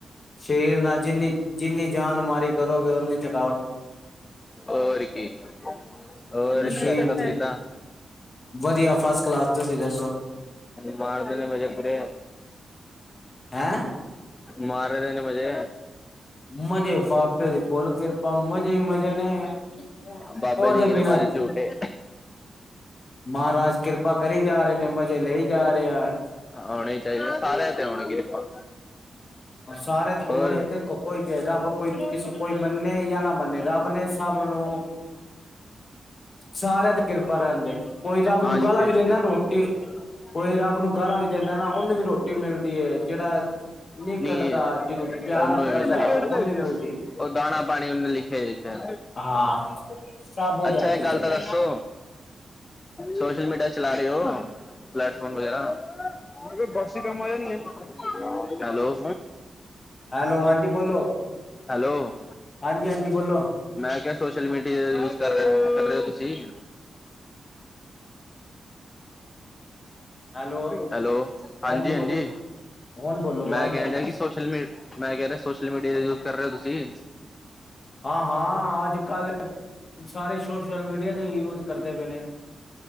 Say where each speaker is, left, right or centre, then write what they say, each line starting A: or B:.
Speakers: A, on the left (about 50°); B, on the left (about 35°).
A: ਸਰੀਰ ਨਾਲ ਜਿੰਨੀ ਜਿੰਨੀ ਜਾਨ ਮਾਰੀ ਕਰੋਗੇ ਓਨੀ ਥੱਕ
B: ਹੋਰ ਕੀ ਹੋਰ
A: ਮਸ਼ੀਨ
B: ਘਰ ਸਭ
A: ਚ
B: ਕਿਦਾਂ।
A: ਵਧੀਆ ਫਸਟ ਕਲਾਸ ਤੁਸੀਂ ਦੱਸੋ
B: ਮਾਰ ਦੇਣੇ ਮਜੇ ਪੁਰੇ
A: ਹੈਂ
B: ਮਾਰੇ ਦੇ ਨੇ ਮਜੇ
A: ਮਜ਼ੇ ਬਾਬੇ ਦੀ ਫੁੱਲ ਕਿਰਪਾ ਮਜ਼ੇ ਹੀ ਮਜ਼ੇ ਨੇ ਉਹਦੇ
B: ਬਾਬੇ ਦੀ ਕਿਰਪਾ
A: ਬਿਨਾਂ
B: ਤੇ ਝੂਠੇ
A: ਮਹਾਰਾਜ ਕਿਰਪਾ ਕਰੀ ਜਾ ਰਹੇ ਨੇ ਮਜ਼ੇ ਲੈਈ ਜਾ ਰਹੇ ਆ।
B: ਆਉਣੇ ਹੀ ਚਾਹੀਦਾ ਸਾਰਿਆਂ ਤੇ ਆਉਣ ਕਿਰਪਾ
A: ਸਾਰੇ ਤਗਣੀ
B: ਹੋਰ
A: ਦੇਖੋ ਕੋਈ ਤੇ ਰੱਬ ਕੋਈ ਕਿਸੇ ਕੋਈ ਮੰਨੇ ਜਾਂ ਨਾ ਮੰਨੇ ਰੱਬ ਨੇ ਸਭ ਨੂੰ ਸ ਹਾ ਤੇ ਕਿਰਪਾ ਰਹਿੰਦੇ ਕੋਈ ਰੱਬ
B: ਹਾਂਜੀ
A: ਨੂੰ ਗਾਲਾ
B: ਹਾਂਜੀ
A: ਵੀ ਦਿੰਦਾ ਰੋਟੀ
B: <unintelligible>
A: ਕੋਈ ਰੱਬ ਨੂੰ ਗਾਲਾ ਵੀ ਦਿੰਦਾ ਨਾ ਉਹਨੂੰ ਵੀ ਰੋਟੀ ਮਿਲਦੀ ਹੈ ਜਿਹੜਾ ਨਹੀਂ
B: <unintelligible>
A: ਕੱਟਦਾ ਜਿਹਨੂੰ ਪਿਆਰ ਕਰਦਾ ਉਹਨੂੰ ਮਿਲਦੀ,
B: ਉਹ ਦਾਣਾ ਪਾਣੀ ਉਹਨੇ ਲਿਖਿਆ-ਲਿਖਿਆ
A: ਹਾਂ ਸਭ ਉਹਦੇ
B: ਅੱਛਾ
A: ਹੱਥ
B: ਇੱਕ ਗੱਲ
A: ਚ ਹੈਗਾ
B: ਤਾਂ ਦੱਸੋ, ਸੋਸ਼ਲ ਮੀਡੀਆ ਚਲਾ ਰਹੇ ਹੋ ਪਲੇੈਟਫਾਰਮ ਵਗੈਰਾ, ਬਕਸੀ ਕੰਮ ਆ ਜਾਣੀ ਹੈ ਹੈਲੋ,
A: ਹੈਲੋ ਹਾਂਜੀ ਬੋਲੋ
B: ਹੈਲੋ,
A: ਹਾਂਜੀ ਹਾਂਜੀ ਬੋਲੋ
B: ਮੈਂ ਕਿਹਾ ਸੋਸ਼ਲ ਮੀਡੀਆ ਯੂਜ ਕਰ ਰਹੇ‌ ਹੋ, ਜੀ।
A: ਹੈਲੋ
B: ਹੈਲੋ, ਹਾਂਜੀ-ਹਾਂਜੀ।
A: ਹਾਂਜੀ ਬੋਲ ਹੁਣ ਬੋਲੋ ਆਵਾਜ਼
B: ਮੈਂ ਕਹਿਣ
A: ਨੀ ਆ ਰਹੀ
B: ਡਹਾ ਕਿ ਸੋਸ਼ਲ ਮੀ, ਮੈਂ ਕਹਿ ਰਿਹਾ ਸੋਸ਼ਲ ਮੀਡੀਆ ਦਾ ਯੂਜ ਕਰ ਰਹੇ ਹੋ ਤੁਸੀਂ
A: ਹਾਂ ਹਾਂ ਅੱਜ-ਕੱਲ। ਸਾਰੇ ਸੋਸ਼ਲ ਮੀਡੀਆ ਤੇ ਯੂਜ ਕਰਦੇ ਪਏ ਨੇ